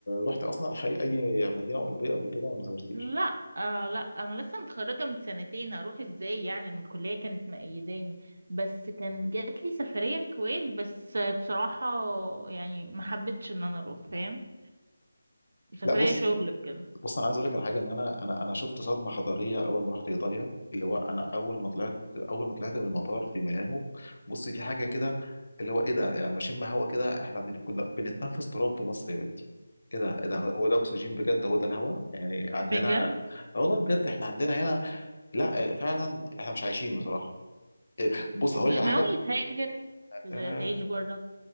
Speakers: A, on the left; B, on the right.
A: رحت اصلا حي اي مدينه اوروبيه قبل كده ولا ما زورتيش؟
B: لا آه لا انا لسه متخرجه من سنتين هروح ازاي يعني أنا الكليه كانت مقيداني بس كانت جات لي سفريه الكويت بس بصراحه يعني ما حبيتش ان انا اروح فاهم سفريه
A: لا بص
B: شغل وكده
A: بص انا عايز اقول لك على حاجه ان انا انا انا شفت صدمه حضاريه اول ما رحت ايطاليا اللي هو انا اول ما طلعت اول ما طلعت من المطار في ميلانو بص في حاجه كده اللي هو ايه ده يعني لما اشم هوا كده احنا بن- كنا بنتنفس تراب في مصر يا بنتي ايه ده ايه ده هو ده اكسجين بجد هو ده الهوا يعني عندنا
B: بجد
A: آه والله بجد احنا عندنا هنا لا آه، فعلا احنا مش عايشين بصراحه آه، بص هقول
B: مش
A: لك على
B: ناوي
A: حاجه
B: تهاجر ز-
A: آه،
B: تعيش بره